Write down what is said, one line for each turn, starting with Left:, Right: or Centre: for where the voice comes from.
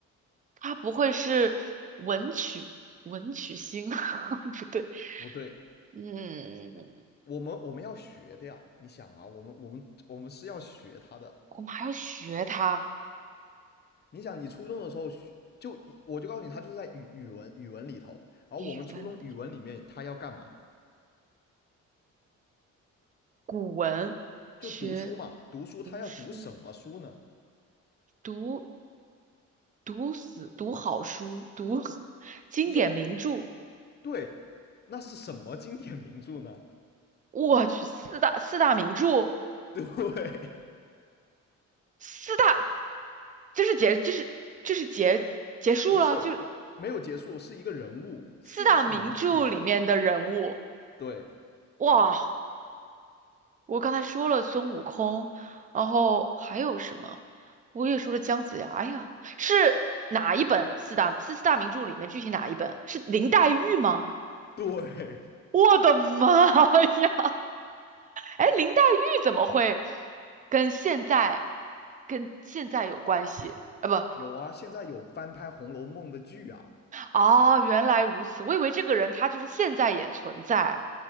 Right: 他不会是文曲文曲星？<laughs> 不对，
Left: 不对，
Right: 嗯，
Left: 我们我们要学的呀，你想啊，我们我们我们是要学他的。
Right: 我们还要学他
Left: 你想，你初中的时候学就我就告诉你，他就是在语语文语文里头，然后我们初中语文里面他要干嘛？
Right: 语文、古文，
Left: 就就读书嘛，
Right: 学
Left: 读书他要读什么书呢？
Right: 读书，读读死，读好书，读经典名著。
Left: 不是，对，那是什么经典名著呢？
Right: 我去，四大四大名著，
Left: <laughs> 对，
Right: 四大就是结就是就是结结束了，
Left: 不是，
Right: 就是
Left: 我没有结束，是一个人物，四大名著里著，
Right: 四大名著里面的人物。
Left: 对
Right: 哇，我刚才说了孙悟空，然后还有什么？我也说了姜子牙。哎呀，是哪一本四大四四大名著里面具体哪一本？是林黛玉吗？
Left: 对，
Right: 我的妈呀！哎，林黛玉怎么会跟现在跟现在有关系？啊不，
Left: 有啊，现在有翻拍《红楼梦》的剧啊，
Right: 哦，原来如此，我以为这个人他就是现在也存在。